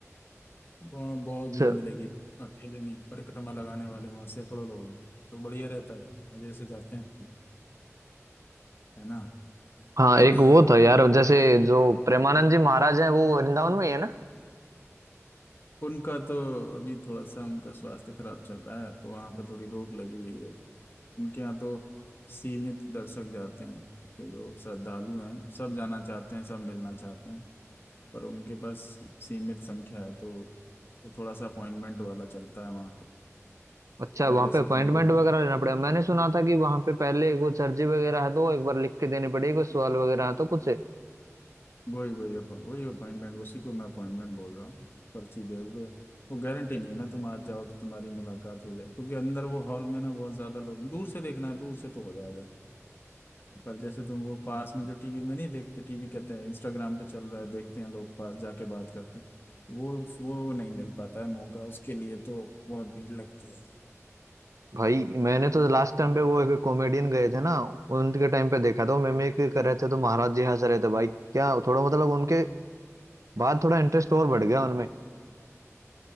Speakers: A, on the left (about 45°); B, on the right (about 80°).
A: वहाँ बहुत
B: अच्छा,
A: भीड़ मिलेगी अकेले नहीं परिक्रमा लगाने वाले वहाँ सैकड़ों लोग हैं तो बढ़िया रहता है वो मजे से जाते हैं है ना
B: हाँ
A: <clears throat>
B: एक वो था यार जैसे जो प्रेमानंद जी महाराज है वो वृंदावन में ही है ना
A: उनका तो अभी थोड़ा सा उनका स्वास्थ्य खराब चल रहा है तो वहाँ पे थोड़ी रोक लगी हुई है उनके यहाँ तो सीमित दर्शक जाते हैं उनके जो श्रद्धालु हैं सब जाना चाहते हैं सब मिलना चाहते हैं पर उनके पास सीमित संख्या है तो, तो थोड़ा सा अपॉइंटमेंट वाला चलता है वहाँ
B: अच्छा
A: पहले
B: वहां
A: से
B: पे अपॉइंटमेंट
A: तुमको
B: वगैरह लेना पड़ेगा मैंने सुना था कि वहां पे पहले कुछ अर्जी वगैरह है तो वो एक बार लिख के देनी पड़ेगी कुछ सवाल वगैरह है तो कुछ है।
A: वही वही अपॉइंट वही अपॉइंटमेंट उसी को मैं अपॉइंटमेंट बोल रहा हूँ पर्ची दोगे वो गारंटी नहीं है ना तुम आज जाओ तो तुम्हारी मुलाकात हो जाए क्योंकि अंदर वो हॉल में ना बहुत ज्यादा लोग दूर से देखना है दूर से तो हो जाएगा पर जैसे तुम वो पास में जो टीवी में नहीं देखते टीवी कहते हैं इंस्टाग्राम पे चल रहा है देखते हैं लोग पास जाके बात करते हैं वो वो नहीं मिल पाता है मौका उसके लिए तो बहुत भीड़ लगती है
B: भाई मैंने तो लास्ट टाइम पे वो एक कॉमेडियन गए थे ना उनके टाइम पे देखा था वो मिमिक्री कर रहे थे तो महाराज जी हंस रहे थे भाई क्या थोड़ा मतलब उनके बाद थोड़ा इंटरेस्ट और बढ़ गया उनमें